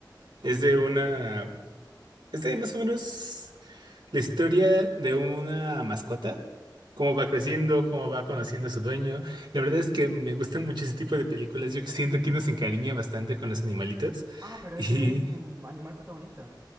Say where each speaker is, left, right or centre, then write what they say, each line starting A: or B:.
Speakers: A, on the right; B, on the right.
A: Ok,
B: Es de una,
A: ok.
B: es de más o menos la historia de una mascota cómo va creciendo, cómo va conociendo a su dueño. La verdad es que me gusta mucho ese tipo de películas. Yo siento que uno se encariña bastante con los animalitos.
A: Ah, pero
B: <laughs> Y
A: es de un animal protagonista.